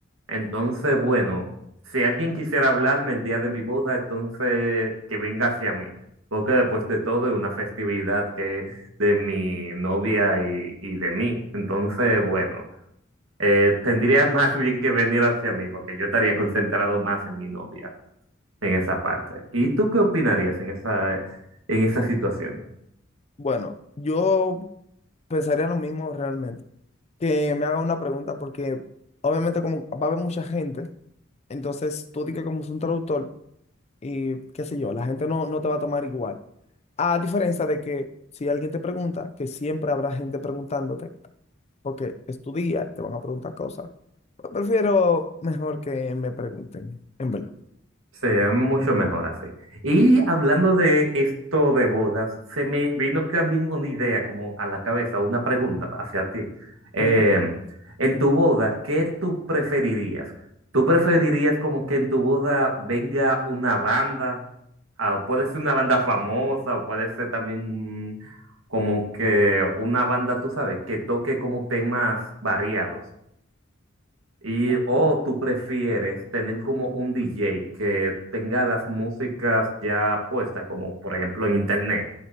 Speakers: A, on the right; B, on the left.
A: Entonces, bueno, si alguien quisiera hablarme el día de mi boda, entonces que venga hacia mí, porque después de todo es una festividad que de mi novia y, y de mí. Entonces, bueno, eh, tendría <laughs> más bien que venir hacia mí, porque yo estaría concentrado más en mi novia en esa parte. ¿Y tú qué opinarías en esa, en esa situación?
B: Bueno, yo pensaría lo mismo realmente, que me haga una pregunta porque obviamente como va a haber mucha gente, entonces tú di que como es un traductor. y qué sé yo, la gente no, no te va a tomar igual. A diferencia de que si alguien te pregunta, que siempre habrá gente preguntándote, porque es tu día, te van a preguntar cosas. Pues Prefiero mejor que me pregunten, en verdad.
A: Sería mucho mejor así. Y hablando de esto de bodas, se me vino también una idea como a la cabeza, una pregunta hacia ti. Eh,
B: Mm,
A: en tu boda, ¿qué tú preferirías? ¿Tú preferirías como que en tu boda venga una banda? Ah, puede ser una banda famosa o puede ser también mm, como que una banda, tú sabes, que toque como temas variados. Y,
B: Ajá.
A: o tú prefieres tener como un DJ que tenga las músicas ya puestas, como por ejemplo en internet.